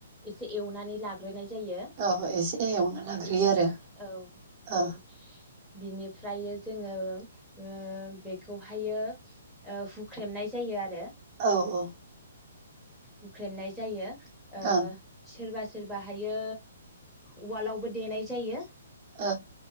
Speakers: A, in the centre; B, on the right.
A: एसे एवनानै लाग्रोनाय जायो
B: औ इसे एवना लाग्रोयो आरो
A: औ
B: ओ
A: औ बिनिफ्रायो जोङो ओ बेखौहायो ओ हुख्रेमनाय जायो आरो
B: अ अ
A: हुख्रेमनाय जायो। ओ
B: औ
A: सोरबास सोरबाहायो उवालावबो देनाय जायो।
B: ओ